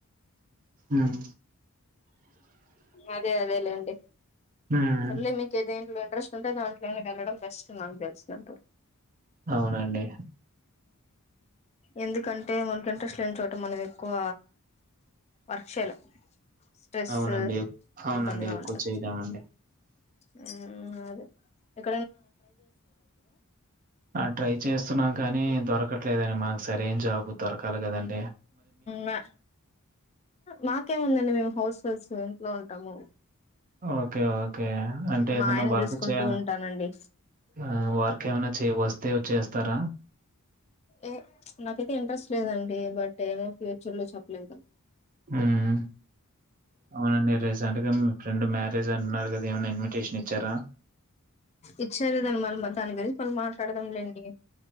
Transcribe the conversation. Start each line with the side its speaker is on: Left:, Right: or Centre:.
Right: ఉమ్
Left: అదే అదే లేండి
Right: హ్మ్.
Left: సర్లే మీకేదై ఎందులో ఇంట్రెస్ట్ ఉంటే దాంట్లోనే వెళ్ళడం బెస్ట్ నాకు తెలిసినంత
Right: అవునండి.
Left: ఎందుకంటే మనకి ఇంట్రెస్ట్ లేని చోట మనం ఎక్కువ వర్క్ చేయలేము స్ట్రెస్
Right: అవునండి. అవునండి.
Left: ఇబ్బందిగా
Right: ఎక్కువ
Left: ఉంటది
Right: చేయలేమండి.
Left: ఉమ్ అది
Right: ఆ ట్రై చేస్తున్నాన్ కానీ దొరకట్లేదని మనకు సరేైన జాబు దొరకాలి కదండి
Left: మా మాకేం ముందండి మేమ్ హౌస్ హౌస్ ఇంట్లో ఉంటాము
Right: ఓకే. ఓకే. అంటే
Left: మా
Right: ఏదైనా
Left: ఆయన
Right: వర్క్
Left: చూసుకుంటూ
Right: చే
Left: ఉంటానండి
Right: ఆ వారికి ఏమనా చే వస్తే చేస్తార
Left: ఎ నాకైతే ఇంట్రెస్ట్ లేదండి బట్ ఏమో ఫ్యూచర్ లో చెప్పలేంక
Right: ఉమ్ అవునండి రీసెంట్ గా మీ ఫ్రెండ్ మ్యారేజ్ అంటున్నారు కదా ఏమైనా ఇన్విటేషన్ ఇచ్చారా
Left: ఇచ్చారు దాన్ని మళ్ళ దాని గురించి మళ్ళీ మాట్లాడదాం లే అండి